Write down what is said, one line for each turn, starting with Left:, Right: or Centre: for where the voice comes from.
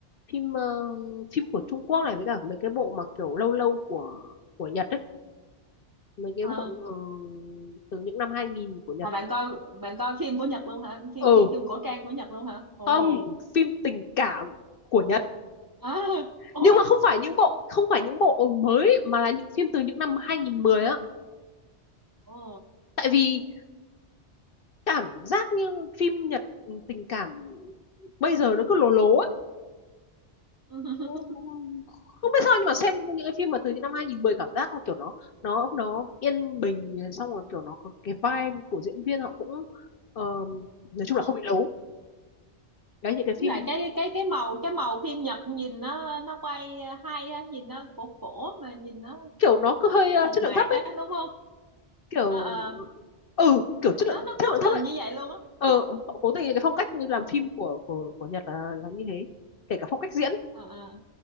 Left: phim ờ, phim của Trung Quốc này với cả mấy cái bộ mà kiểu lâu lâu của của Nhật ấy mấy cái
Right: à
Left: bộ ờ, từ những năm 2000 của Nhật
Right: à bạn coi bạn coi phim của Nhật luôn hả phim
Left: ừ
Right: phim phim cổ trang của Nhật luôn hả ồ
Left: không phim tình cảm của Nhật
Right: à ồ
Left: nhưng mà không phải những bộ không phải những bộ mới mà là những phim từ những năm 2010 á
Right: ồ
Left: tại vì cảm giác như phim Nhật tình cảm bây giờ nó cứ lố lố ấy.
Right: <laughs>
Left: Cũng- không biết sao nhưng mà xem những cái phim mà từ những năm 2010 cảm giác nó kiểu nó nó nó yên bình xong rồi kiểu nó có cái vibe của diễn viên họ cũng ờ, nói chung
Right: ừ.
Left: là không bị lố cái những cái
Right: với
Left: phim
Right: lại cái cái cái màu cái màu phim Nhật nhìn nó nó quay hay á nhìn nó cổ cổ mà nhìn nó
Left: kiểu nó cứ hơi
Right: nó
Left: ờ,
Right: mộc
Left: chất
Right: mạc
Left: lượng thấp ấy
Right: á đúng không
Left: kiểu
Right: à, à,
Left: ừ kiểu chất
Right: nó
Left: lượng
Right: nó
Left: chất
Right: cố
Left: lượng thấp
Right: tình
Left: ấy
Right: như vậy luôn á
Left: ờ
Right: <laughs>
Left: họ cố tình cái phong cách như làm
Right: à,
Left: phim của của của Nhật là là như thế kể cả phong cách diễn
Right: à,